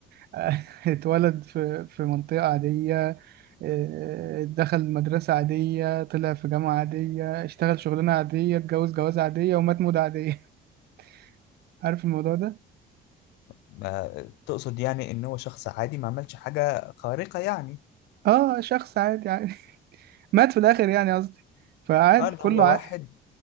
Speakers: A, on the right; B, on the left.
A: <laughs> اتولد في في منطقة عادية اه، آه، دخل مدرسة عادية طلع في جامعة عادية اشتغل شغلانة عادية اتجوز جوازة عادية ومات موتة عادية <laughs> عارف الموضوع ده؟
B: ما... تقصد يعني ان هو شخص عادي ما عملش حاجة خارقة يعني
A: اه شخص عادي مات في الاخر يعني قصدي فعادي
B: اه اللي
A: كله
B: هو
A: ع...
B: واحد